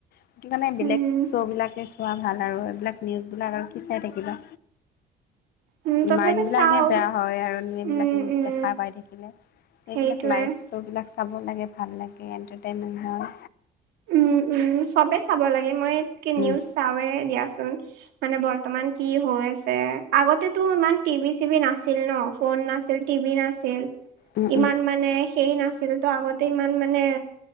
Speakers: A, on the left (about 65°); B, on the right (about 85°).
A: সেইটো কাৰণে বেলেগ
B: উম
A: শ্ব'বিলাকে চোৱা ভাল আৰু এইবিলাক নিউজবিলাক আৰু কি চাই থাকিবা।
B: উম তথাপি
A: মাইণ্ড বিলাকহে
B: চাও
A: বেয়া হয় আৰু এইবিলাক
B: উম
A: নিউজ
B: উম
A: দেখা পাই থাকিলে। এইবিলাক
B: সেইটোৱে
A: লাইভ শ্ব'বিলাক চাব লাগে ভাল লাগে এণ্টাৰটেইনমেণ্ট হয়।
B: উম, উম চবে চাব লাগে মইকে
A: উম,
B: নিউজ চাওঁৱে দিয়াচোন। মানে বৰ্তমান কি হৈ আছে, আগতেতো ইমান টিভি চিভি নাছিল ন। ফোন নাছিল টিভি নাছিল।
A: উম,
B: ইমান
A: উম,
B: মানে সেই নাছিল তো আগতে ইমান মানে,